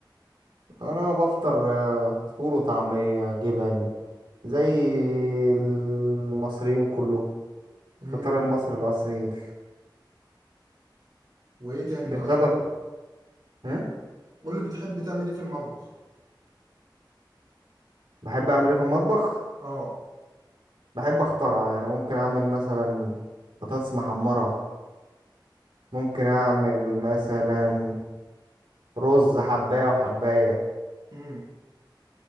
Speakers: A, on the right (about 80°); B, on the right (about 55°).
A: انا بفطر آه، فول وطعمية جبن زي المصريين كله
B: امم
A: الفطار المصري الاصيل
B: وايه تاني طيب
A: الغدا ب- هم؟
B: قول لي بتحب تعمل ايه في المطبخ
A: بحب اعمل ايه في المطبخ
B: اه
A: بحب اخترع يعني ممكن اعمل مثلا بطاطس محمرة ممكن اعمل مثلا رز حباية وحباية
B: امم